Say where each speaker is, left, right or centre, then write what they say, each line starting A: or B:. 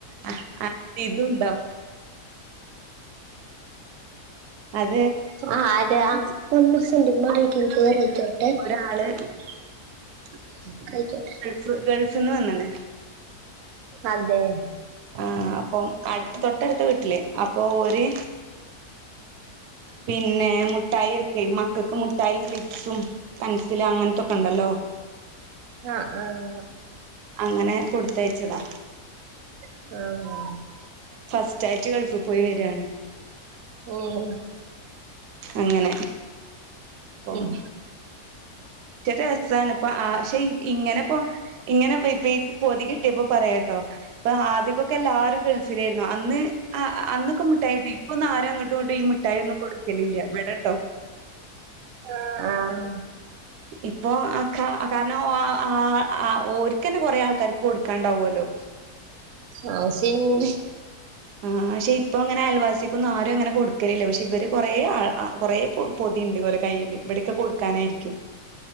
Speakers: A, on the right; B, on the right.
A: ആഹ് ആഹ് ഇതുണ്ടോ അത്
B: ആരാ <unintelligible>
A: അടുത്തുള്ള വീട്ടില് ഒരാള്
B: <unintelligible>
A: പ് ഗൾഫ്ന്ന് വന്ന്ണ്ണ്
B: അതെ
A: ആഹ് അപ്പം അട്ത്ത തൊട്ടട്ത്ത വീട്ടിലേ അപ്പൊ ഓര് പിന്നെ മുട്ടായൊക്കെ മക്കക്കും മു മുട്ടായിം, ക്ലിപസും, പെൻസിലും അങ്ങൻത്തൊക്കെ ണ്ടല്ലോ
B: ആഹ് ആഹ്
A: അങ്ങനെ കൊട്ത്തയച്ചതാ
B: ആഹ്
A: ഫസ്റ്റായ്റ്റ് ഗൾഫ് പോയി വെരാണ്
B: ഓഹ്
A: അങ്ങനെ അപ്പം
B: ഉം
A: ച രസാണ് പ്പ ആക്ഷെ ഇങ്ങനെപ്പൊ ഇങ്ങനെപ്പൊ ഈ പൊതി ക്ട്ട്യേപ്പോ പറയാ കേട്ടോ ഇപ്പൊ ആദിക്കൊക്കെ ല്ലാരും കളിച്ച് യിരുന്നു അന്ന് അന്നൊക്കെ മിട്ടായിട്ടും ഇപ്പൊന്നും ആരും അങ്ങട്ടു ങ്ങട്ടും ഈ മിഠായിയോന്നും കൊട്ക്കലില്ല വടെട്ടോ
B: ആഹ് ആഹ്
A: ഇപ്പൊ ആഹ് ക്ക കാരണം ആഹ് ഓര്ക്കന്നെ കൊറേ ആൾക്കാര്ക്ക് കൊട്ക്കാണ്ടാവോലോ
B: അഹ് <unintelligible>
A: ആഹ് പക്ഷെ ഇപ്പൊ ഇങ്ങനെ ആൽവാസീക്കൊന്നും ആരും അങ്ങനെ കൊട്ക്കലില്ല പക്ഷെ ഇവര് കൊറേ ആല് കൊറേ പൊതിണ്ട് ഓലെ കയ്യില് ഇവടെക്കെ കൊട്ക്കാനായിരിക്കും